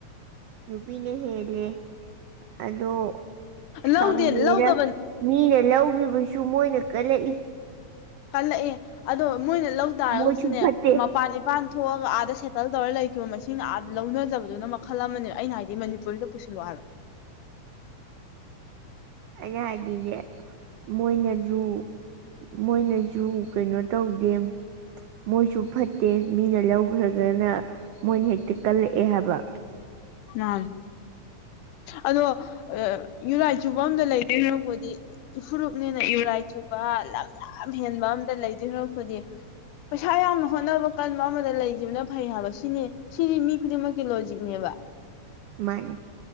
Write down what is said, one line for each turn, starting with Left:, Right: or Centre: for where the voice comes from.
Right: ꯅꯨꯄꯤꯅ ꯍꯦꯜꯂꯦ ꯑꯗꯣ
Left: ꯂꯧꯗꯦ
Right: ꯈꯪꯗꯦꯔ
Left: ꯂꯧꯗꯕ
Right: ꯃꯤꯅ ꯂꯧꯒꯤꯕꯁꯨ ꯃꯣꯏꯅ ꯀꯜꯂꯛꯏ꯫
Left: ꯀꯜꯂꯛꯑꯦ ꯑꯗꯣ ꯃꯣꯏꯅ ꯂꯧ ꯇꯥꯔꯒꯁꯨꯅꯦ
Right: ꯃꯣꯏꯁꯨ ꯐꯠꯇꯦ
Left: ꯃꯄꯥꯖꯦ ꯄꯥꯟ ꯊꯣꯛꯑꯒ ꯑꯥꯗ ꯁꯦꯇꯜ ꯇꯧꯔ ꯂꯩꯈꯤꯕ ꯃꯁꯤꯡꯅ ꯑꯥꯗ ꯂꯧꯅꯖꯕꯗꯨꯅ ꯃꯈꯜ ꯑꯃꯅꯦꯕ ꯑꯩꯅ ꯍꯥꯏꯗꯤ ꯃꯅꯤꯄꯨꯔꯁꯤꯗ ꯄꯨꯁꯤꯜꯂꯣ ꯍꯥꯏꯕ
Right: ꯑꯩꯅ ꯍꯥꯏꯗꯤꯅꯦ ꯃꯣꯏꯅꯖꯨ ꯃꯣꯏꯅꯁꯨ ꯀꯩꯅꯣ ꯇꯧꯗꯦ ꯃꯣꯏꯁꯨ ꯐꯠꯇꯦ ꯃꯤꯅ ꯂꯧꯈ꯭ꯔꯒꯅ ꯃꯣꯏꯅ ꯍꯦꯛꯇ ꯀꯜꯂꯛꯑꯦ ꯍꯥꯏꯕ
Left: ꯅ ꯑꯗꯣ ꯌꯨꯔꯥꯏꯆꯨꯕ ꯑꯝꯗ ꯂꯩꯗꯣꯢ ꯁꯥꯔꯨꯛꯄꯨꯗꯤ ꯏꯐꯨꯔꯨꯞꯅꯦꯅ ꯌꯨꯔꯥꯏ ꯆꯨꯕ ꯂꯝ ꯌꯥꯝ ꯍꯦꯟꯕ ꯑꯝꯗ ꯂꯩꯗꯨ ꯁꯔꯨꯛꯄꯨꯗꯤ ꯄꯩꯁꯥ ꯌꯥꯝꯅ ꯍꯣꯠꯅꯕ ꯀꯟꯕ ꯑꯃꯗ ꯂꯩꯈꯤꯕꯅ ꯐꯩ ꯍꯥꯏꯕ ꯁꯤꯅꯤ꯫ ꯁꯤꯗꯤ ꯃꯤ ꯈꯨꯗꯤꯡꯃꯛꯀꯤ ꯂꯣꯖꯤꯛꯅꯦꯕ
Right: ꯃꯥꯅꯤ꯫